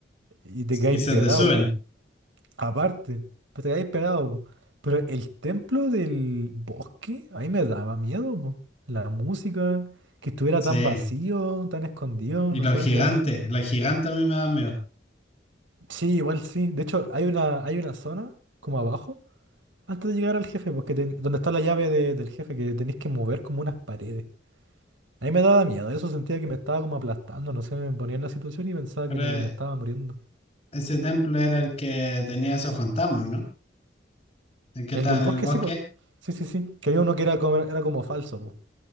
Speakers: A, on the right (about 90°); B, on the left (about 35°).
A: y te quedáis
B: Y se
A: pegado.
B: te suben.
A: Aparte, pues te quedáis pegado, po. Pero el templo del bosque, ahí me daba miedo, po. La música, que estuviera
B: Sí.
A: tan vacío, tan escondido,
B: Y
A: no
B: los
A: sé,
B: gigantes.
A: me daba, me daba harto.
B: Los gigantes a mí me dan miedo.
A: Sí, igual sí. De hecho, hay una, hay una zona, como abajo, antes de llegar al jefe, porque ten- donde está la llave de- del jefe, que tenéis que mover como unas paredes. A mí me daba miedo, eso sentía que me estaba como aplastando, no sé, me ponía en la situación y pensaba
B: Pero
A: que me,
B: eh,
A: me estaba muriendo.
B: ese templo era el que tenía esos fantasmas, ¿no? El que
A: El
B: estaba
A: del
B: en
A: bosque
B: el bosque.
A: sí, pues. Sí, sí, sí. Que había uno que era como, era como falso, pues.